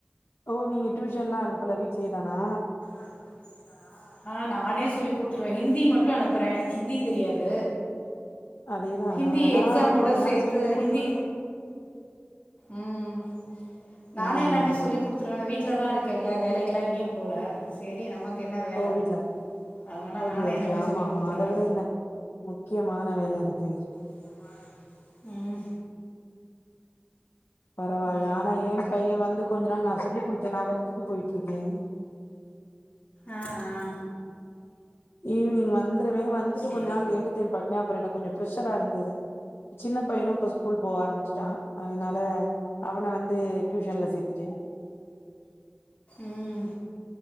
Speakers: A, on the left; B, on the left.
A: ஓ நீங்க டியூஷன்ல்லா அனுப்புல வீடலயே தானா
B: அனுப்பல விட்லயே தானா ஆ நானே சொல்லி குடுத்துருவே ஹிந்தி மட்டும் அனுப்புறே எனக்கு ஹிந்தி தெரியாது
A: அதேதா
B: ஹிந்தி
A: நா
B: எக்ஸாமோட
A: கொஞ்ச
B: சேத்து
A: நாள் சொல்லி குடுத்தே
B: ஹிந்தி ம் நானே
A: ம்
B: எல்லாமே சொல்லி குடுத்துருவே வீட்டில தா இருக்கென்ல வேலைக்கெலா எங்கயு போகல செரி நமக்கு என்ன வேல
A: ஓ வீட்ல
B: அதனால
A: ஓகே
B: நானே
A: ஓகே
B: எல்லாமே
A: ஆமா
B: சொல்லி குடுத்துருவே
A: ஆமா அத விட என்ன முக்கியமான வேல இருக்கு
B: முக்கியமான ம்
A: பரவால்ல
B: ம்
A: ஆனா ஏ பையே வந்து கொஞ்ச நாள் நா சொல்லிக் குடுத்தே நா ஒர்க்குக்கு போயிட்டு இருக்கே
B: ஆ ஆ
A: ஈவினிங் வந்து துருவே வந்துட்டு
B: சரி
A: கொஞ்ச நாள் எடுத்தே பண்ண அப்றோ எனக்கு கொஞ்சோ ப்ரெஷரா இருந்தது சின்ன பையனும் இப்ப ஸ்கூல் போக ஆரம்பிச்சுட்டா அதனால அவன வந்து டியூஷன்ல சேத்துட்டே
B: ம்